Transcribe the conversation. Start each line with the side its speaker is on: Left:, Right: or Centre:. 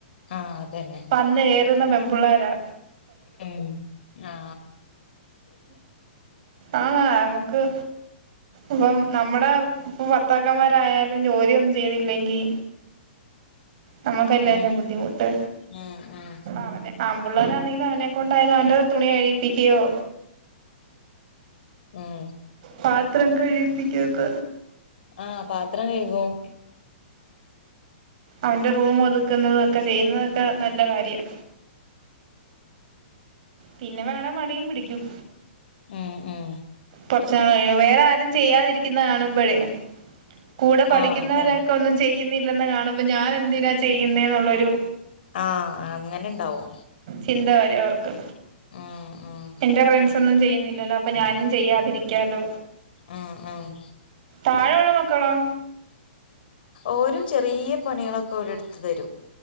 Left: ആഹ് അതന്നെ
Right: വന്നു കേറുന്ന പെണ്ണ പുള്ളാരാ
Left: ഉം ആ
Right: ആന്ന നമുക്ക് ഇപ്പം നമ്മുടെ ഭർത്താക്കന്മാരായാലും ജോലി ഒന്നു ചെയ്തില്ലങ്കി നമുക്കല്ലേ
Left: ഉം
Right: അതിന്റ ബുദ്ധിമുട്ട്
Left: ഉം ഉം
Right: അവനെ ആമ്പുള്ളാരാണെലും അവനെ കൊണ്ട് അവന്റ തുണി കഴുകിപ്പിക്കയോ
Left: ഉം
Right: പാത്രം കഴീകിപ്പിക്ക ഒക്ക
Left: ആഹ് പാത്രം കഴുകും
Right: അവന്റ റൂം ഒതുക്കുന്നത് ചെയുന്നതൊക്കെ നല്ല കാര്യാ പിന്ന വേണേ മടിയും പിടിക്കും
Left: ഉം ഉം
Right: കൊറച്ചാളായി വേറാരും ചെയാതിരിക്കുന്ന കാണുമ്പഴേ കൂടെ പഠിക്കുന്നോരൊക്ക
Left: ആഹ് അതെ
Right: ഒന്നും ചെയുന്നില്ലന്ന് കാണു അപ്പ ഞാനെന്തിനാ ചെയ്നെന്നോള്ളോരു
Left: ആഹ് അങ്ങനിണ്ടാവും
Right: ചിന്ത വരും അവർക്ക്
Left: ഉം ഉം
Right: എൻന്റ ഫ്രണ്ട്‌സൊന്നും ചെയ് ഇല്ലല്ലോ അപ്പൊ ഞാനും ചെയ്യാതിരിക്കലോ
Left: ആഹ് ആഹ്
Right: താഴെ ഒള്ള മക്കളോ
Left: ഓരും ചെറിയ പണികളൊക്കെ ഓരെടുതെരും